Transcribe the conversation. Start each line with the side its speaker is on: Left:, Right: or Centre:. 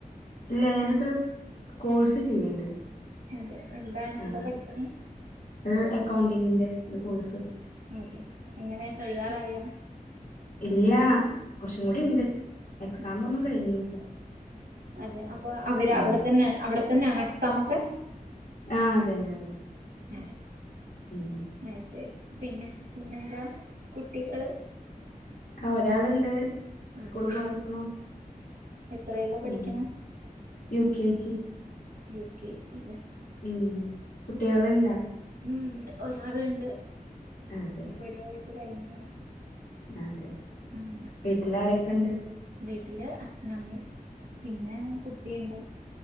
Left: ഇല്ല ഞാനിപ്പ ഒരു കോഴ്സ് ചെയ്യ്ണ്ട്.
Right: അതെ എന്താണ് എന്താ
Left: ആ
Right: പഠിക്കണേ?
Left: അത് അക്കൗണ്ടിങ്ങിന്റെ ഒരു കോഴ്സ്.
Right: അതെ എങ്ങനെ കഴിയാറായോ.
Left: ഇല്യ കുറച്ചും കൂടി ഉണ്ട് എക്സാം
Right: അതെ
Left: ഒന്നും കഴിഞ്ഞില്ല.
Right: അതെ അപ്പൊ അവര്
Left: ആ
Right: അവിടെ തന്നെ അവിടെ തന്നെയാണ് എക്സാം ഒക്കെ.
Left: ആ അത് ന്നെ അത്‌ ന്നെ
Right: ആ
Left: ഉം
Right: മെയ് ശരി പിന്നെ പിന്നെന്താ കുട്ടികള്
Left: ആ ഒരാളുണ്ട് സ്കൂള്
Right: അതെ
Left: പോർക്കണോ
Right: എത്രയിലാ പഠിക്കണെ?
Left: ഉം U K G.
Right: U K G ലാ
Left: ഉം കുട്ടികൾ ഉണ്ടാ
Right: ഉം ഒരാളുണ്ട്
Left: അതെ
Right: ഒരു വയസ്സ് കഴിഞ്ഞു
Left: അതെ
Right: അങ്ങനെ
Left: വീട്ടിൽ ആരൊക്കെ ഉണ്ട്
Right: വീട്ടില് അച്ഛനമ്മി പിന്നെ കുട്ടിയുണ്ട്